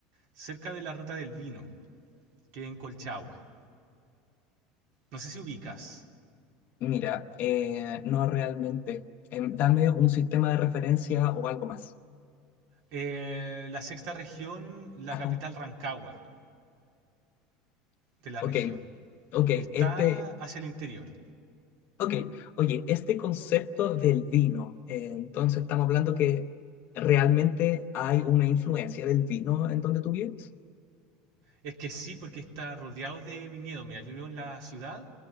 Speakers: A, on the right; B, on the left.
A: cerca de la Ruta del Vino, que es en Colchagua. No sé si ubicas.
B: Mira, eh, no realmente. Em, dame un sistema de referencia o algo más.
A: Eh, la sexta región, la
B: Ajá.
A: capital Rancagua de la
B: Ok,
A: región.
B: ok,
A: Está
B: este,
A: hacia el interior.
B: ok, oye, este concepto del vino, eh, entonces estamos hablando que realmente hay una influencia del vino en donde tú vives.
A: Es que sí, porque está rodeado de viñedos. Mira, yo vivo en la ciudad,